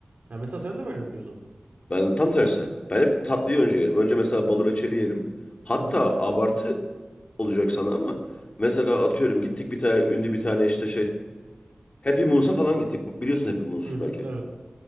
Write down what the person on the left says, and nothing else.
Ben tam tersi. Ben hep tatlıyı önce yerim. Önce mesela balı reçeli yerim. Hatta
abartı olacak sana ama mesela atıyorum gittik bir tane ünlü bir tane işte şey Happy Moons'a falan gittik. Biliyorsun Happy Moons'u
belki.